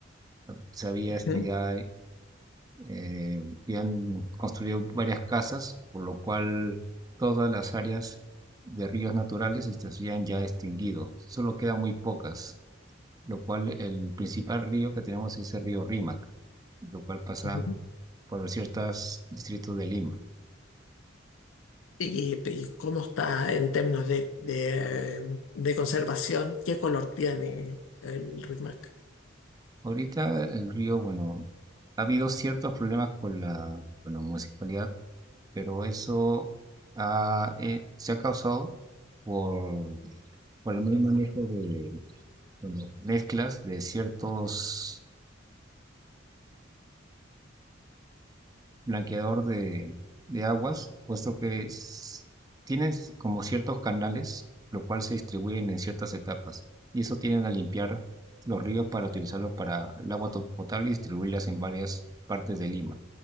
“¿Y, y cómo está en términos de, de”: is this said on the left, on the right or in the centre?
Left